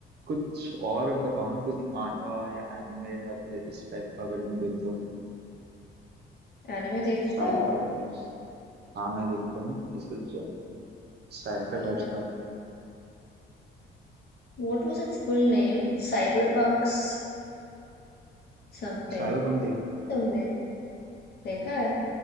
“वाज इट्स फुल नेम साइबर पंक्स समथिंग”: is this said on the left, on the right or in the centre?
Left